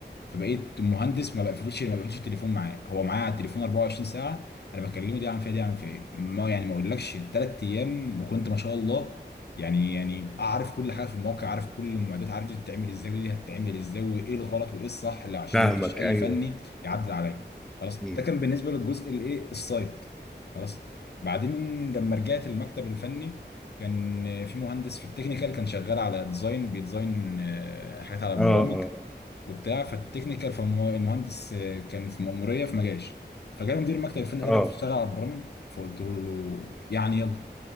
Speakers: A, on the left; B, in the centre.
A: فبقيت مهندس ما بقفلش ما بقفلش التليفون معاه هو معاه على التليفون 24 ساعه انا بكلمه دي عن فيها دي عن فيها إيه. ما يعني ما اقولكش ثلاث ايام وكنت ما شاء الله يعني يعني اعرف كل حاجه في الموقع عارف كل المعدات عارف دي بتتعمل ازاي ودي هتتعمل ازاي وايه الغلط وايه الصح اللي عشان
B: فاهمك
A: ما فيش اي
B: ايوه
A: فني يعدل عليا خلاص
B: مم.
A: ده كان بالنسبه للجزء الايه السايت خلاص بعدين لما رجعت المكتب الفني كان في مهندس في التكنيكال كان شغال على ديزاين بيديزاين آه، حاجات على البرامج
B: اه اه
A: وبتاع فالتكنيكال فالمهندس آه، كان في مأمورية فما جاش فجاله مدير المكتب الفني قال
B: اه
A: لي تعرف تشتغل على البرامج فقلت له يعني يلا